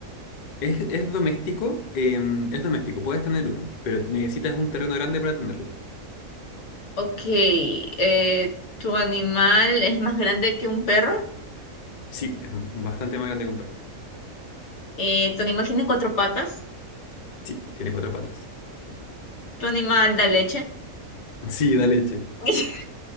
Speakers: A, on the left; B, on the left.
A: Es, es doméstico, eh, es doméstico, puedes tener uno, pero te- necesitas un terreno grande para tenerla.
B: Ok. eh, ¿tu animal es más grande que un perro?
A: Sí, es bastante más grande que un perro.
B: Eh, ¿tu animal tiene cuatro patas?
A: Sí, tiene cuatro patas.
B: ¿Tu animal da leche?
A: <laughs> Sí, da leche.
B: <laughs>